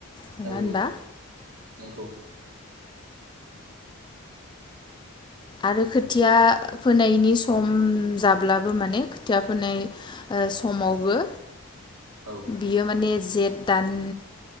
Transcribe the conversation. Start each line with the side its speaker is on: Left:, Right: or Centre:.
Left: नङाहोनबा?
Right: औ औ नंगौ।
Left: आरो खोथिया फोनायनि सम जाब्लाबो माने खोथिया फोनाय ओ समावबो
Right: औ
Left: बियो माने जेद दान